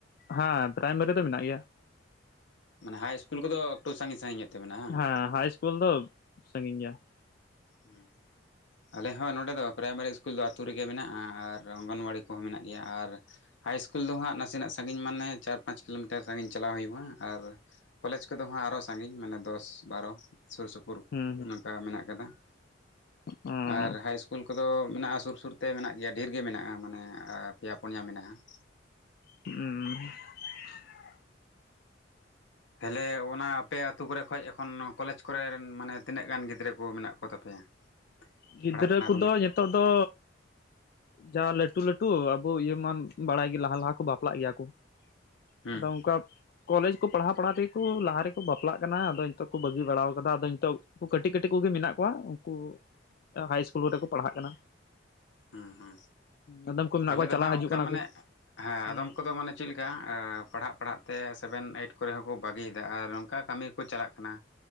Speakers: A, on the left; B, on the left.
A: ᱦᱮᱸ ᱯᱨᱟᱭᱢᱟᱨᱤ ᱫᱚ ᱢᱮᱱᱟᱜ ᱜᱮᱭᱟ ᱾
B: ᱢᱟᱱᱮ ᱦᱟᱭ ᱤᱥᱩᱞ ᱠᱚᱫᱚ ᱮᱠᱴᱩ ᱥᱟᱺᱜᱤᱧ ᱥᱟᱺᱜᱤᱧ ᱧᱚᱜ ᱛᱮ ᱢᱮᱱᱟᱜᱼᱟ ᱵᱟᱝ?
A: ᱦᱮᱸ ᱦᱟᱭ ᱤᱥᱠᱩᱞ ᱫᱚ ᱥᱟᱺᱜᱤᱧ ᱜᱮᱭᱟ ᱾
B: ᱦᱩᱸ ᱟᱞᱮ ᱦᱚᱸ ᱱᱚᱸᱰᱮ ᱫᱚ ᱯᱨᱟᱭᱢᱟᱨᱤ ᱠᱩᱞ ᱫᱚ ᱟᱛᱳ ᱨᱮᱜᱮ ᱢᱮᱱᱟᱜᱼᱟ ᱟᱨ ᱚᱝᱜᱚᱱᱣᱟᱲᱤ ᱠᱚᱦᱚᱸ ᱢᱮᱱᱟᱜ ᱜᱮᱭᱟ ᱟᱨ ᱦᱟᱭ ᱤᱥᱠᱩᱞ ᱫᱚ ᱦᱟᱜ ᱱᱟᱥᱮᱱᱟᱜ ᱥᱟᱺᱜᱤᱧ ᱢᱟᱱᱮ ᱪᱟᱨ ᱯᱟᱸᱪ ᱠᱤᱞᱳᱢᱤᱴᱟᱨ ᱥᱟᱺᱜᱤᱧ ᱪᱟᱞᱟᱣ ᱦᱩᱭᱩᱜᱼᱟ ᱟᱨ ᱠᱚᱞᱮᱡᱽ ᱠᱚᱫᱚ ᱦᱟᱜ ᱟᱨᱚ ᱦᱚᱸ ᱥᱟᱺᱜᱤᱧ ᱢᱟᱱᱮ ᱫᱚᱥ ᱵᱟᱨᱚ ᱥᱩᱨ ᱥᱩᱯᱩᱨ
A: ᱦᱩᱸ
B: ᱱᱚᱝᱠᱟ ᱢᱮᱱᱟᱜ ᱠᱟᱫᱟ ᱾
A: ᱦᱩᱸ
B: ᱟᱨ ᱦᱟᱭ ᱤᱥᱠᱩᱞ ᱠᱚᱫᱚ ᱢᱮᱱᱟᱜᱼᱟ ᱥᱩᱨ ᱥᱩᱨ ᱛᱮ ᱢᱮᱱᱟᱜ ᱜᱮᱭᱟ ᱰᱷᱮᱨ ᱜᱮ ᱢᱮᱱᱟᱜᱼᱟ, ᱢᱟᱱᱮ ᱯᱮᱭᱟ ᱯᱳᱱᱭᱟ ᱢᱮᱱᱟᱜᱼᱟ ᱾
A: <unintelligible>
B: ᱛᱟᱦᱚᱞᱮ ᱚᱱᱟ ᱟᱯᱮ ᱟᱛᱳ ᱠᱚᱨᱮ ᱠᱷᱚᱡᱽ ᱮᱠᱷᱚᱱ ᱠᱚᱞᱮᱡᱽ ᱠᱚᱨᱮᱱ ᱢᱟᱱᱮ ᱛᱤᱱᱟᱹᱜ ᱜᱟᱱ ᱜᱤᱫᱽᱨᱟᱹ ᱠᱚ ᱢᱮᱱᱟᱜ ᱠᱚ ᱛᱟᱯᱮᱭᱟ?
A: ᱜᱤᱫᱽᱨᱟᱹ
B: ᱯᱟᱲᱦᱟᱜ ᱠᱟᱱᱟ
A: ᱠᱚᱫᱚ ᱡᱚᱛᱚ ᱫᱚ ᱡᱟ ᱞᱟᱹᱴᱩ ᱞᱟᱹᱴᱩ ᱟᱵᱚ ᱤᱭᱟᱹ ᱢᱟᱢ ᱵᱟᱲᱟᱭ ᱜᱮ ᱞᱟᱦᱟ ᱞᱟᱦᱟ ᱠᱚ ᱵᱟᱯᱞᱟᱜ ᱜᱮᱭᱟ ᱠᱚ ᱾
B: ᱦᱩᱸ
A: ᱟᱫᱚ ᱚᱝᱠᱟ ᱾ ᱠᱚᱞᱮᱡᱽ ᱠᱚ ᱯᱟᱲᱦᱟᱣ ᱯᱟᱲᱦᱟᱣ ᱛᱮᱜᱮ ᱠᱚ ᱞᱟᱦᱟ ᱨᱮᱠᱚ ᱵᱟᱯᱞᱟᱜ ᱠᱟᱱᱟ, ᱟᱫᱚ ᱱᱤᱛᱚᱜ ᱠᱚ ᱵᱟᱹᱜᱤ ᱵᱟᱲᱟ ᱠᱟᱫᱟ᱾ ᱟᱫᱚ ᱱᱤᱛᱚᱜ ᱠᱟᱹᱴᱤᱡ ᱠᱟᱹᱴᱤᱡ ᱠᱚᱜᱮ ᱢᱮᱱᱟᱜ ᱠᱚᱣᱟ ᱩᱝᱠᱩ ᱦᱟᱭ ᱤᱥᱠᱩᱞ ᱠᱚᱨᱮ ᱠᱚ ᱯᱟᱲᱦᱟᱜ ᱠᱟᱱᱟ᱾
B: ᱦᱩ ᱦᱩ᱾
A: ᱟᱫᱚᱢ ᱠᱚ ᱢᱮᱱᱟᱜ
B: ᱟᱞᱮ
A: ᱠᱚᱣᱟ
B: ᱫᱚ
A: ᱪᱟᱞᱟᱣ
B: ᱦᱟᱸᱜ
A: ᱦᱤᱡᱩᱜ
B: ᱚᱱᱠᱟ
A: ᱠᱟᱱᱟ
B: ᱢᱟᱱᱮ
A: ᱠᱚ
B: ᱦᱮᱸ
A: ᱦᱩᱸ
B: ᱟᱫᱚᱢ ᱠᱚᱫᱚ ᱢᱟᱱᱮ ᱪᱮᱫ ᱞᱮᱠᱟ ᱯᱟᱲᱦᱟᱜ ᱯᱟᱲᱦᱟᱜ ᱛᱮ ᱥᱮᱵᱷᱮᱱ, ᱟᱭᱤᱴ ᱠᱚᱨᱮ ᱦᱚᱠᱚ ᱵᱟᱹᱜᱤ ᱫᱟ ᱟᱨ ᱚᱝᱠᱟ ᱠᱟᱹᱢᱤ ᱠᱚ ᱪᱟᱞᱟᱜ ᱠᱟᱱᱟ᱾